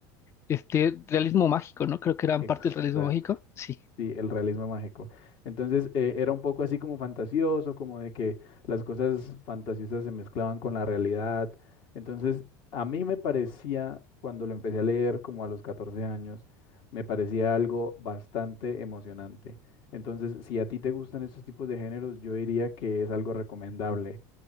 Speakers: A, on the left (about 30°); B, on the left (about 55°).
A: este, realismo mágico, ¿no? Creo que eran
B: Exacto.
A: parte del realismo mágico. Sí.
B: Sí, el realismo mágico. Entonces eh, era un poco así como fantasioso, como de que las cosas fantasiosas se mezclaban con la realidad. Entonces a mí me parecía, cuando lo empecé a leer como a los 14 años, me parecía algo bastante emocionante. Entonces, si a ti te gustan estos tipos de géneros, yo diría que es algo recomendable.